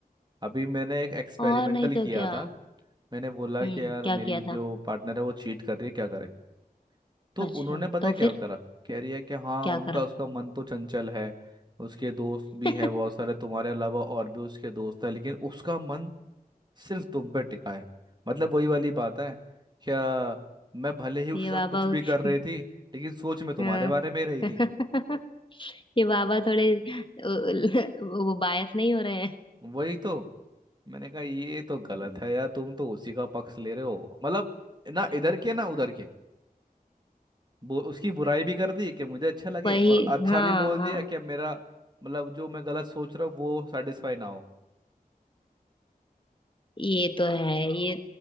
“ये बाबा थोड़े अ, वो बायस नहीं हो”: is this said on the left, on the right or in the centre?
Left